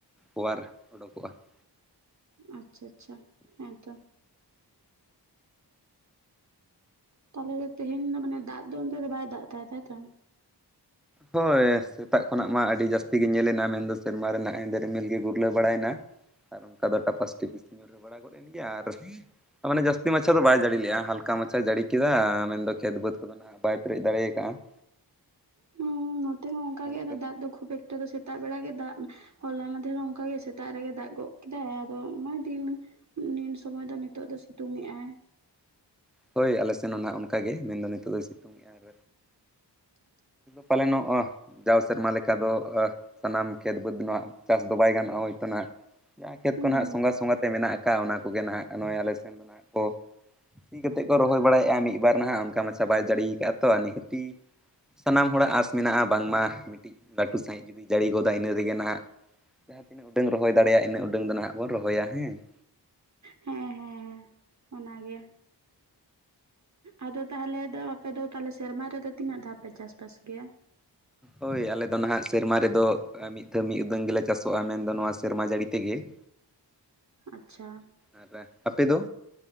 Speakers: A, in the centre; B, on the right.
A: ᱚᱣᱟᱨ <inaudible>
B: ᱟᱪᱪᱷᱟ ᱟᱪᱪᱷᱟ ᱦᱮᱸ ᱛᱚ ᱾ ᱛᱟᱦᱚᱞᱮ ᱫᱚ ᱛᱮᱦᱮᱧ ᱫᱚ ᱢᱟᱱᱮ ᱫᱟᱜ ᱫᱚ ᱚᱱᱛᱮ ᱫᱚ ᱵᱟᱭ ᱫᱟᱜ ᱛᱟᱭᱟ ᱛᱟᱭᱛᱚ ᱾
A: ᱦᱳᱭ ᱥᱮᱛᱟᱜ ᱠᱷᱚᱱᱟᱜ ᱢᱟ ᱟᱹᱰᱤ ᱡᱟᱹᱥᱛᱤ ᱜᱮ ᱧᱮᱞᱮᱱᱟ ᱢᱮᱱᱫᱚ ᱥᱮᱨᱢᱟ ᱨᱮᱱᱟᱜ ᱦᱮᱸᱫᱮ ᱨᱤᱢᱤᱞ ᱜᱮ ᱜᱩᱨᱞᱟᱹᱣ ᱵᱟᱲᱟᱭᱮᱱᱟ ᱾ ᱟᱨ ᱚᱱᱠᱟ ᱫᱚ ᱴᱟᱯᱟᱥᱴᱤᱤᱯᱤᱥ ᱧᱩᱨᱦᱟᱹ ᱵᱟᱲᱟ ᱜᱚᱫ ᱮᱱ ᱜᱮᱭᱟ ᱟᱨ, ᱢᱟᱱᱮ ᱡᱟᱹᱥᱛᱤ ᱢᱟᱪᱷᱟ ᱫᱚ ᱵᱟᱭ ᱡᱟᱹᱲᱤ ᱞᱮᱼᱟ ᱦᱟᱞᱠᱟ ᱢᱟᱪᱷᱟ ᱡᱟᱹᱲᱤ ᱠᱮᱫᱟ ᱢᱮᱱᱫᱚ ᱠᱷᱮᱛ ᱵᱟᱹᱫᱽ ᱠᱚᱫᱚᱼᱼ ᱵᱟᱭ ᱯᱮᱨᱮᱡ ᱫᱟᱲᱮ ᱟᱠᱟᱫᱼᱟ ᱾
B: ᱦᱩᱸ ᱱᱚᱛᱮ ᱦᱚᱸ ᱚᱱᱠᱟᱜ
A: ᱦᱳᱭᱛᱳ
B: ᱜᱮ ᱫᱟᱜ ᱫᱚ ᱠᱷᱩᱵ ᱮᱠᱴᱟ ᱫᱚ ᱥᱮᱛᱟᱜ ᱵᱮᱲᱟ ᱜᱮ ᱫᱟᱜ, ᱦᱚᱞᱟ ᱢᱫᱷᱮᱨ ᱨᱮ ᱚᱱᱠᱟᱟᱜ ᱜᱮ ᱥᱮᱛᱟᱜ ᱨᱮᱜᱮ ᱫᱟᱜ ᱜᱚᱫ ᱠᱮᱫᱟᱭ ᱟᱫᱚ ᱚᱱᱟ ᱫᱤᱱᱼᱼ ᱱᱤᱱ ᱥᱩᱢᱟᱹᱭ ᱫᱚ ᱱᱤᱛᱚᱜ ᱫᱚ ᱥᱤᱛᱩᱝ ᱮᱜ ᱟᱭ ᱾
A: ᱦᱳᱭ ᱟᱞᱮ ᱥᱮᱱ ᱦᱚᱸ ᱦᱟᱜ ᱚᱱᱠᱟᱜᱮ ᱢᱮᱱᱫᱚ ᱱᱤᱛᱚᱜ ᱫᱚᱭ ᱥᱤᱛᱩᱝ ᱮᱼᱟ ᱟᱨ,
B: <unintelligible>
A: ᱯᱟᱞᱮᱱᱚᱜ-ᱚ, ᱡᱟᱣ ᱥᱮᱨᱢᱟ ᱞᱮᱠᱟ ᱫᱚ ᱥᱟᱱᱟᱢ ᱠᱷᱮᱛ ᱵᱟᱹᱫᱽ ᱨᱮᱱᱟᱜ ᱪᱟᱥ ᱫᱚ ᱵᱟᱭ ᱜᱟᱱᱚᱜᱼᱟ ᱦᱳᱭᱛᱳᱱᱟᱜ! ᱡᱟᱦᱟᱸ ᱠᱷᱮᱛᱠᱚ
B: ᱦᱩᱸ
A: ᱱᱟᱦᱟᱜ
B: ᱦᱩᱸ
A: ᱥᱚᱸᱜᱟ ᱥᱚᱸᱜᱟᱛᱮ ᱢᱮᱱᱟᱜ ᱟᱠᱟᱫ ᱚᱱᱟᱠᱜᱮ ᱱᱟᱦᱟᱜ ᱱᱚᱜᱼᱚᱭ ᱟᱞᱮᱥᱱ ᱫᱚ ᱱᱟᱦᱟᱜ ᱠᱚᱼᱼ ᱥᱤ ᱠᱟᱛᱮᱫ ᱠᱚ ᱨᱚᱦᱚᱭ ᱵᱟᱲᱟᱭᱮᱫᱼᱟ ᱢᱤᱫ ᱵᱟᱨ ᱱᱟᱦᱟᱜ ᱚᱱᱠᱟ ᱢᱟᱪᱷᱟ ᱵᱟᱭ ᱡᱟᱲᱤᱭᱟ ᱟᱠᱟᱫᱼᱟ ᱾ ᱱᱤᱦᱟᱹ ᱥᱟᱱᱟᱢ ᱦᱚᱲᱟᱜ ᱟᱥ <inaudible> ᱢᱮᱱᱟᱜᱼᱟ ᱵᱟᱝᱢᱟ ᱢᱤᱴᱤᱡ ᱞᱟᱹᱴᱩ ᱥᱟᱺᱦᱤᱡ ᱡᱩᱫᱤ ᱡᱟᱹᱲᱤ ᱜᱚᱫᱟ ᱤᱱᱟᱹ ᱨᱮᱜᱮ ᱱᱟᱦᱟᱜ, ᱡᱟᱦᱟᱸ ᱛᱤᱱᱟᱹᱜ ᱩᱰᱟᱹᱝ ᱨᱚᱦᱚᱭ ᱫᱟᱲᱭᱟᱜ ᱤᱱᱟᱹᱜ ᱩᱰᱟᱹᱝ ᱫᱚ ᱱᱟᱦ ᱵᱚᱱ ᱨᱚᱭᱟ ᱦᱮᱸ ᱾
B: ᱦᱮᱸ ᱦᱮᱸ ᱦᱮᱸ ᱚᱱᱟᱜᱮ ᱾ ᱟᱫᱚ ᱛᱟᱦᱚᱞᱮ ᱫᱚ ᱟᱯᱮ ᱫᱚ ᱛᱟᱦᱚᱞᱮ ᱥᱮᱨᱢᱟ ᱨᱮᱫᱚ ᱛᱤᱱᱟᱹᱜ ᱫᱷᱟᱣ ᱯᱮ ᱪᱟᱥᱵᱟᱥ ᱜᱮᱭᱟ?
A: ᱦᱳᱭ ᱟᱞᱮᱫᱚ ᱱᱟᱦᱟᱜ ᱥᱮᱨᱢᱟ ᱨᱮᱫᱚ, ᱢᱤᱫ ᱫᱷᱟᱣ ᱢᱤᱫ ᱩᱫᱟᱹᱢ ᱜᱮᱞᱮ ᱪᱟᱥᱚᱜᱼᱟ ᱢᱮᱱᱫᱚ ᱱᱚᱣᱟ ᱥᱮᱨᱢᱟ ᱡᱟᱹᱲᱤ ᱛᱮᱜᱮ ᱾
B: ᱟᱪᱪᱷᱟ ᱾
A: ᱟᱨ ᱟᱯᱮ ᱫᱚ?